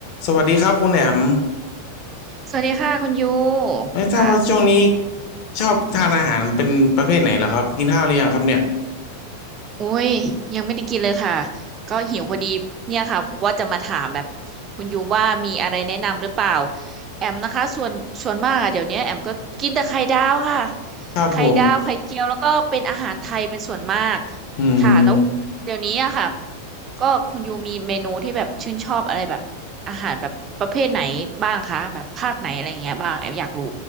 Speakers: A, on the left; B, on the right.
A: สวัสดีครับคุณแหนม
B: สวัสดีค่ะคุณยู
A: ไม่ทราบว่าช่วงนี้
B: ค่ะ
A: ชอบทานอาหารเป็นประเภทไหนเหรอครับกินข้าวหรือยังครับเนี่ย
B: อุ้ยยังไม่ได้กินเลยค่ะก็หิวพอดีเนี่ยค่ะว่าจะมาถามแบบคุณยูว่ามีอะไรแนะนำหรือเปล่าแอมนะคะส่วนส่วนมากอะเดี๋ยวนี้แอมก็กินแต่ไข่ดาวค่ะ
A: ครับผม
B: ไข่ดาวไข่เจียวแล้วก็เป็นอาหารไทยเป็นส่วนมาก
A: อืม
B: ค่ะแล้วเดี๋ยวนี้อะค่ะก็คุณยูมีเมนูที่แบบชื่นชอบอะไรแบบอาหารแบบประเภทไหนบ้างคะแบบภาคไหนอะไรอย่างเงี้ยบ้างแอมอยากรู้